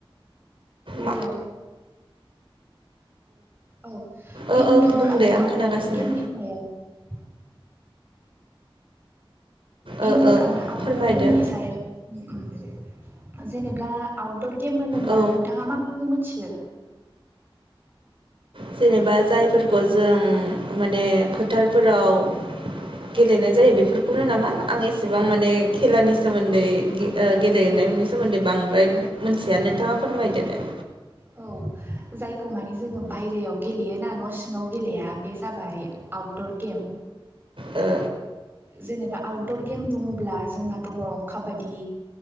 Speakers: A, on the right (about 65°); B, on the right (about 20°).
A: मा
B: हेल' औ
A: ओ
B: इनदर
A: ओ बुंदे
B: आरो
A: आं
B: आउटदर
A: खोनागासिनो
B: गेमनि सायाव
A: ओ
B: इनदर
A: ओ
B: आरो आउटदर
A: फोरमायदो
B: गेमनि सायाव जेनेब्ला आ दर गेम होनोब्ला
A: औ
B: नोंथाङा माखौ मिथियो
A: जेनेबा जायफोरखौ जों माने फोथारफोराव
B: औ
A: गेलेनाय जायो बेफोरखौनो नामा आं एसेबां माने खेलानि सोमोन्दै ओ गेलेनायनि
B: औ
A: सोमोन्दै बांद्राय मिथिया नोंथाङा फोरमायदो दे
B: औ जायखौ मानि जोङो बायरायाव गेलेयोना न' सिङाव गेलेया बे जाबाय आउटदर गेम
A: ओ
B: जेनेबा आउटदर गेम बुङोब्ला जोंना दङ काबादि